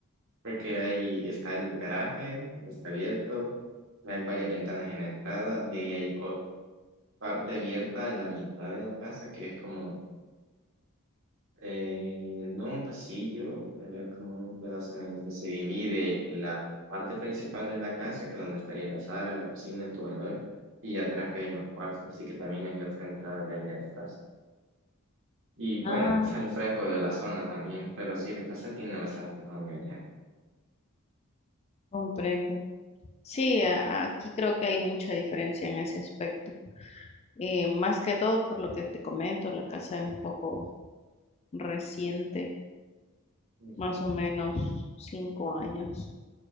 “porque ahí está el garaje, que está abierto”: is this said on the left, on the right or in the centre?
Right